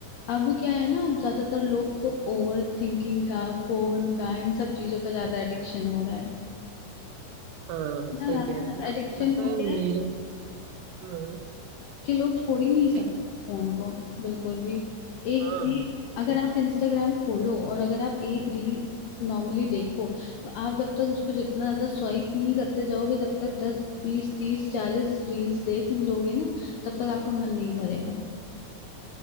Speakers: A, on the left; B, on the right.
A: अब क्या है ना अब ज्यादातर लोग को ओवर थिंकिंग का फोन का इन सब चीजों का ज्यादा एडिक्शन हो रहा है
B: हाँ
A: इतना
B: सही
A: ज्यादा
B: कह रही हैं आप
A: एडिक्शन
B: लगता
A: हो
B: है
A: गया
B: मेरे
A: है
B: को हाँ
A: कि लोग छोड़ ही नहीं सकते
B: कहिए
A: फोन को बिल्कुल भी एक
B: हाँ
A: एक
B: सही
A: अगर
B: कह
A: आप इंस्टाग्राम खोलो और अगर आप एक रील नॉर्मली देखो तो आप जब तक उसको जितना ज्यादा स्वाइप नहीं करते जाओगे जब तक दस बीस तीस चालीस रील्स देख नहीं लोगे ना तब तक आपका मन नहीं भरेगा